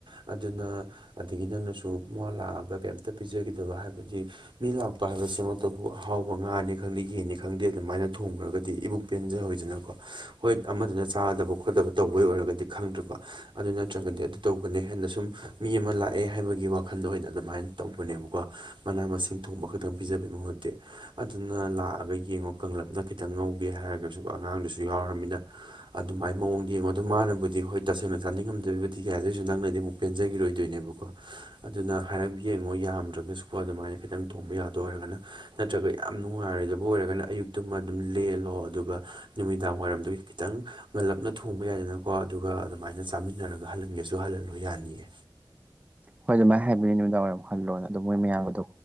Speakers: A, on the right (about 80°); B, on the right (about 15°).
A: ꯑꯗꯨꯅ ꯑꯗꯒꯤ ꯅꯪꯅꯁꯨ ꯃ ꯂꯥꯛꯑꯒ ꯀꯩꯝꯇ ꯄꯤꯖꯈꯤꯗꯕ ꯍꯥꯏꯕꯗꯤ ꯃꯤ ꯂꯥꯛꯄ ꯍꯥꯏꯕꯁꯤꯃꯛꯇꯕꯨ ꯑꯍꯥꯎꯕ ꯉꯥꯅꯤ ꯈꯪꯗꯦ ꯌꯦꯟꯅꯤ ꯈꯪꯗꯦ ꯑꯗꯨꯃꯥꯏꯅ ꯊꯣꯡꯈ꯭ꯔꯒꯗꯤ ꯏꯕꯨꯛ ꯄꯦꯟꯖꯍꯧꯁꯤꯅꯀꯣ ꯍꯣꯏ ꯑꯃꯗꯨꯅ ꯆꯥꯗꯕ ꯈꯣꯠꯇꯕ ꯇꯧꯕꯩ ꯑꯣꯏꯔꯒꯗꯤ ꯈꯪꯗ꯭ꯔꯦꯀꯣ ꯑꯗꯨ ꯅꯠꯇ꯭ꯔꯒꯗꯤ ꯑꯗꯨ ꯇꯧꯕꯅꯦ ꯍꯦꯟꯅ ꯁꯨꯝ ꯃꯤ ꯑꯃ ꯂꯥꯛꯑꯦ ꯍꯥꯏꯕꯒꯤ ꯋꯥꯈꯜ ꯋꯥꯈꯟꯗ ꯑꯣꯏꯅ ꯑꯗꯨꯃꯥꯏꯅ ꯇꯧꯕꯅꯦꯕꯀꯣ ꯃꯅꯥ ꯃꯁꯤꯡ ꯊꯣꯡꯕ ꯈꯛꯇꯪ ꯄꯤꯖꯕꯩ ꯃꯍꯨꯠꯇꯤ ꯑꯗꯨꯅ ꯂꯥꯛꯑꯒ ꯌꯦꯡꯉꯣ ꯀꯪꯂꯞꯅ ꯈꯤꯇꯪ ꯉꯧꯒꯦ ꯍꯥꯏꯔꯒꯁꯨ ꯑꯉꯥꯡꯗꯨꯁꯨ ꯌꯥꯎꯔꯃꯤꯅ ꯑꯗꯨꯃꯥꯏꯅ ꯃꯑꯣꯡꯗ ꯌꯦꯡꯉ ꯑꯗꯣ ꯃꯥꯅꯕꯨꯗꯤ ꯑꯩꯈꯣꯏ ꯇꯁꯦꯡꯅ ꯆꯥꯅꯤꯡꯉꯝꯗꯕꯤꯕꯨꯗꯤ ꯌꯥꯏ ꯑꯗꯨꯑꯣꯏꯁꯨ ꯅꯪꯅꯗꯤ ꯑꯃꯨꯛ ꯄꯦꯟꯖꯈꯤꯔꯣꯏꯗꯣꯏꯅꯦꯕꯀꯣ ꯑꯗꯨꯅ ꯍꯥꯏꯔꯞ ꯌꯦꯡꯉꯣ ꯌꯥꯝꯗ꯭ꯔꯒꯁꯨꯀꯣ ꯑꯗꯨꯃꯥꯏꯅ ꯈꯤꯇꯪ ꯊꯣꯡꯕ ꯌꯥꯗ ꯑꯣꯏꯔꯒꯅ ꯅꯠꯇ꯭ꯔꯒ ꯌꯥꯝ ꯅꯨꯡꯉꯥꯏꯔꯣꯏꯗꯕ ꯑꯣꯏꯔꯒꯅ ꯑꯌꯨꯛꯇꯨꯃ ꯑꯗꯨꯝ ꯂꯦꯜꯂꯣ ꯑꯗꯨꯒ ꯅꯨꯃꯤꯗꯥꯡ ꯋꯥꯏꯔꯝꯗꯨꯒꯤ ꯈꯤꯇꯪ ꯉꯜꯂꯞꯅ ꯊꯣꯡꯕ ꯌꯥꯏꯗꯅꯀꯣ ꯑꯗꯨꯒ ꯑꯗꯨꯃꯥꯏꯅ ꯆꯥꯃꯤꯟꯅꯔꯒ ꯍꯜꯍꯟꯒꯦꯁꯨ ꯍꯜꯍꯜꯂꯣ ꯌꯥꯅꯤꯌꯦ
B: ꯍꯣꯏ ꯑꯗꯨꯃꯥꯏꯅ ꯍꯥꯏꯕꯅꯤ ꯅꯨꯃꯤꯗꯥꯡ ꯋꯥꯏꯝ ꯈꯜꯂꯣꯅ ꯑꯗꯨ ꯃꯣꯏ ꯃꯌꯥꯝꯒꯗꯣ